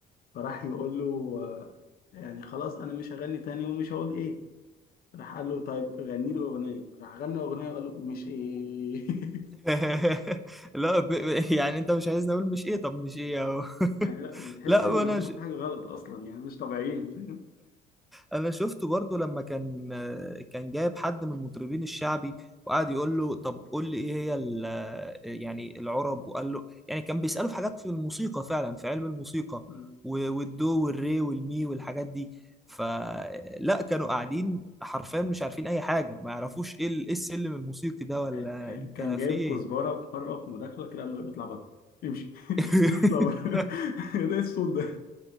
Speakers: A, on the left; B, in the centre.
A: فراح يقول له آه يعني خلاص انا مش هغني تاني ومش هقول ايه راح قال له طيب غني لي اغنيه راح غنى اغنيه وقال له مش ايه <laughs>
B: <laughs> لا ب... ب- يعني انت مش عايزني اقول مش ايه طب مش ايه اهو
A: يعني
B: <laughs>
A: لا تحس
B: لا
A: ان
B: انا
A: هم في حاجه غلط اصلا يعني مش طبيعيين فاهم
B: انا شفته برضو لما كان كان جايب حد من المطربين الشعبي وقعد يقول له طب قول لي ايه هي ال- يعني العرب وقال له يعني كان بيسأله في حاجات في الموسيقى فعلا في علم الموسيقى
A: مم.
B: و- والدو والري والمي والحاجات دي فلا كانوا قاعدين حرفيا مش عارفين اي حاجة ما يعرفوش ايه ال- إيه السلم الموسيقي ده ولا
A: آه، كان
B: انت
A: كان
B: في
A: جايب
B: ايه
A: كزبره في مره في مداخله كده قال له اطلع بره امشي <laughs>
B: <laughs>
A: اطلع بره <laughs> ده إيه الصوت ده